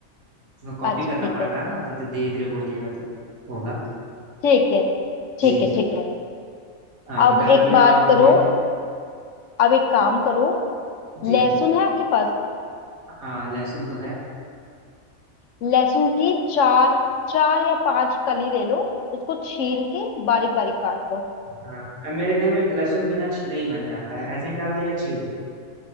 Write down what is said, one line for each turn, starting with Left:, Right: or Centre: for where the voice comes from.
Right: कॉपी
Left: अच्छा
Right: करना
Left: ठीक
Right: पड़
Left: है
Right: रहा है ना तो धीरे धीरे बोलिएगा तो होगा
Left: ठीक है
Right: जी
Left: ठीक है
Right: जी
Left: ठीक है
Right: हाँ वो
Left: अब
Right: डाल
Left: एक
Right: दिया
Left: बात
Right: अब आप बोलिए
Left: करो अब एक काम करो
Right: जी
Left: लहसुन है आपके पास
Right: हाँ लहसुन तो है
Left: लहसुन की चार चार या पांच कली ले लो उसको छील के बारीक बारीक काट लो
Right: हाँ अब मेरे घर में लहसुन बिना छिले ही बन जाता है ऐसे ही डाल दे या छील दो